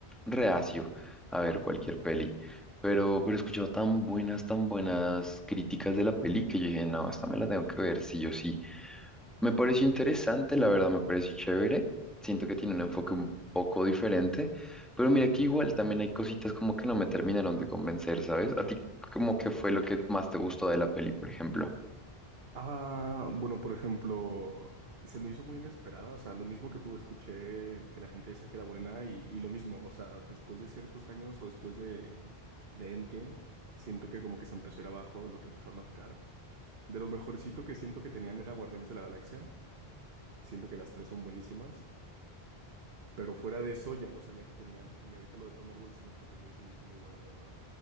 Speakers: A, in the centre; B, on the right.
A: reacio a ver cualquier peli, pero, pero he escuchado tan buenas, tan buenas críticas de la peli que yo dije, no, esta me la tengo que ver sí o sí. Me pareció interesante, la verdad, me pareció chévere. Siento que tiene un enfoque un poco diferente, pero mira que igual también hay cositas como que no me terminaron de convencer, ¿sabes? ¿A ti como que fue lo que más te gustó de la peli, por ejemplo?
B: Ah, bueno, por ejemplo, se me hizo muy inesperada. O sea, lo mismo que tú escuché que la gente decía que era buena y, y lo mismo. O sea, después de ciertos años o después de, de Endgame, siento que como que se empezó a ir abajo lo que empezaron a sacar. De lo mejorcito que siento que tenían era Guardianes de la Galaxia. Siento que las tres son buenísimas. Pero fuera de eso, ya no sabía que tenían. Y ahorita lo de Thunderbolt sí me sorprendió y se me hizo muy buena, la verdad.